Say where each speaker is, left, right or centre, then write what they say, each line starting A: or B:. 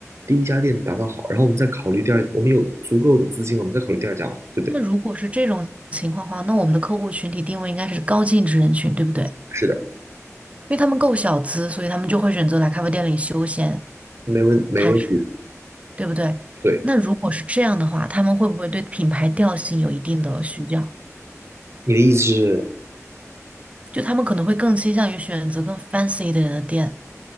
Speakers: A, on the right; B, on the right.
A: 第一家店打造好，然后我们再考虑第二，我们有足够的资金了，我们再考虑第二家嘛，对不对？
B: 那如果是这种情况的话，那我们的客户群体定位应该是高净值人群，对不对？因
A: 是的，
B: 为他们够小资，所以他们就会选择来咖啡店里休闲。
A: 没问没问题。
B: 摊事对不对？
A: 对，
B: 那如果是这样的话，他们会不会对品牌调性有一定的需要？
A: 你的意思是
B: 就他们可能会更倾向于选择更 fancy 一点的店，